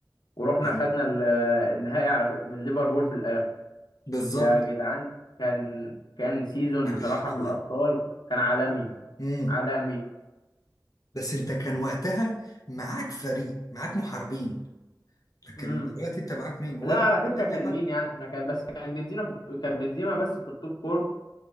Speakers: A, on the left; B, on the left.
A: ورحنا
B: يعني
A: خدنا ال- النهائي على ف- من ليفربول في الآخر
B: بالظبط
A: يا جدعان كان كان سيزون
B: يعني
A: بصراحة
B: حملة
A: في الأبطال كان عالمي
B: امم
A: عالمي
B: بس انت كان وقتها معاك فريق معاك محاربين لكن
A: امم
B: دلوقتي انت معاك مين ولا
A: لا على فكرة
B: اي
A: كان
B: حد
A: مين يعني احنا كان بس كان بنزيما في كان بنزيما بس في التوب فورم